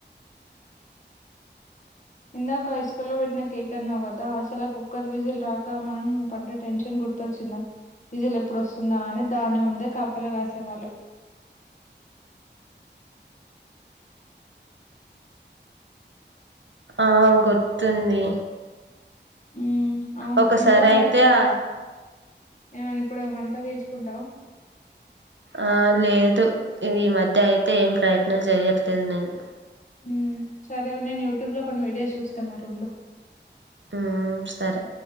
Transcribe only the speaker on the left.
ఇందాక హై స్కూల్ లో పెట్టిన కేక్ తన్నావు కదా అసలు ఆ కుక్కర్ విజిల్ రాక మనం పడ్డ టెన్షన్ గుర్తొచ్చిందా విజిల్ ఎప్పుడు వస్తుందా అని దాని ముందే కాపలా కాసేవాళ్ళం
ఊ అవును
ఇంకా మరి
ఏమన్నా ఇప్పుడు ఏ వంట చేసు ఉంటావ్
ఊ సరే నేను యూట్యూబ్ లో కొన్ని వీడియోస్ చూస్తా మరి ఉండు